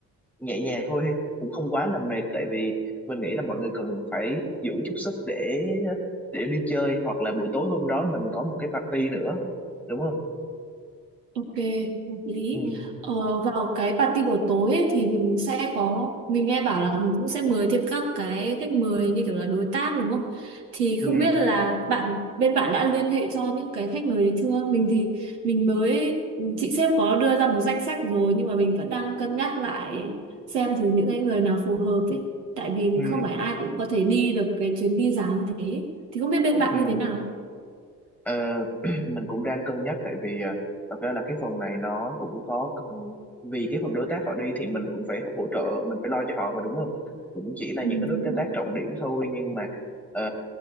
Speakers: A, in the centre; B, on the right.
A: nhẹ nhàng thôi, cũng không quá là mệt tại vì mình nghĩ là mọi người cần phải giữ chút sức để để đi chơi hoặc là buổi tối hôm đó mình có một cái party nữa, đúng không?
B: Ok hợp lý
A: Ừ.
B: ờ, vào cái party buổi tối ấy, thì mình sẽ có mình nghe bảo là mình cũng sẽ mời thêm các cái khách mời như kiểu là đối tác đúng không thì
A: Ừ,
B: không biết là bạn bên bạn đã liên hệ cho những cái khách mời đấy chưa mình thì mình mới chị sếp có đưa ra một danh sách rồi nhưng mà mình vẫn đang cân nhắc lại xem thử những cái người nào phù hợp ấy tại vì
A: ừ,
B: không phải ai cũng có thể đi được cái chuyến đi dài như thế thì không biết bên bạn
A: ừ.
B: như thế nào
A: Ờ, <clears throat> mình cũng đang cân nhắc tại vì à, thật ra là cái phần này nó cũng có cần vì cái phần đối tác họ đi thì mình cũng phải hỗ trợ mình phải lo cho họ mà đúng không cũng chỉ là
B: ừ,
A: những cái đối
B: đúng
A: tác
B: rồi
A: trọng điểm thôi nhưng mà ờ,